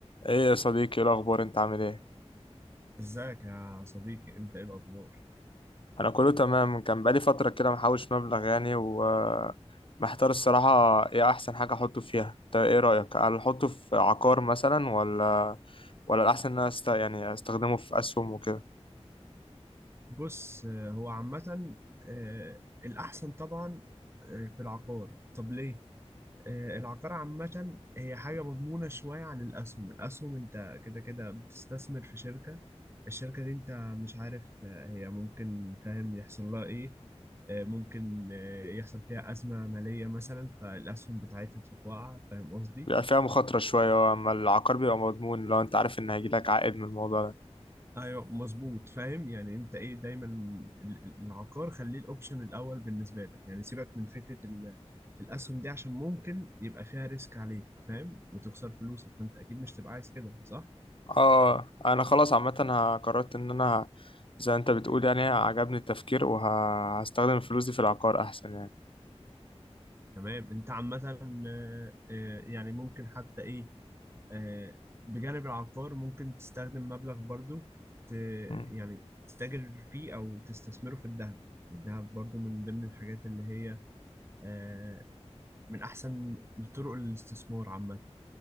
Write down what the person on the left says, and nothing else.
ايه يا صديقي إيه الاخبار انت عامل ايه
انا كله تمام كان بقالي فتره كده محوش مبلغ يعني ومحتار الصراحه ايه احسن حاجه احطه فيها انت ايه رايك هل احطه في عقار مثلا ولا ولا الاحسن ان انا است... يعني استخدمه في اسهم وكده
بيبقى فيها مخاطره شويه اما العقار بيبقى مضمون لو انت عارف ان هيجيلك عائد من الموضوع ده
اه انا خلاص عامه ه- قررت ان انا زي انت بتقول يعني عجبني التفكير وهستخدم الفلوس دي في العقار احسن يعني
مم.